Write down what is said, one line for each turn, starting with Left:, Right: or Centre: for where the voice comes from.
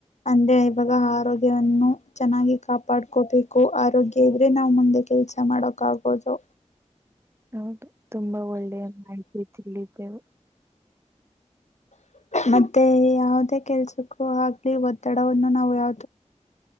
Left: ಅಂದ್ರೆ ಇವಾಗ ಆರೋಗ್ಯವನ್ನು ಚೆನ್ನಾಗಿ ಕಾಪಾಡ್ಕೋಬೇಕು ಆರೋಗ್ಯ ಇದ್ರೆ ನಾ್ ಮುಂದೆ ಕೆಲ್ಸ ಮಾಡಕ್ ಆಗೋದು
Right: ಹೌದು ತುಂಬಾ ಒಳ್ಳೆ ಮಾಹಿತಿ ತಿಳಿದ್ದೆವು
Left: ಮತ್ತೆ ಯಾವುದೇ ಕೆಲ್ಸಕ್ಕೂ ಆಗ್ಲಿ ಒ ವನ್ನು ನಾವು ಯ